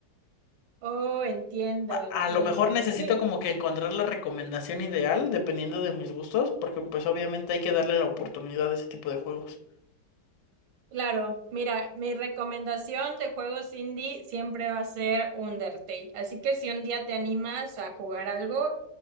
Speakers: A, on the right (about 85°); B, on the left (about 75°).
A: Oh, entiendo,
B: A,
A: entiendo.
B: a lo mejor necesito
A: Sí,
B: como que encontrar la recomendación ideal dependiendo de mis gustos, porque pues obviamente hay que darle la oportunidad a ese tipo de juegos.
A: Claro, mira, mi recomendación de juegos indie siempre va a ser Undertale. Así que si un día te animas a jugar algo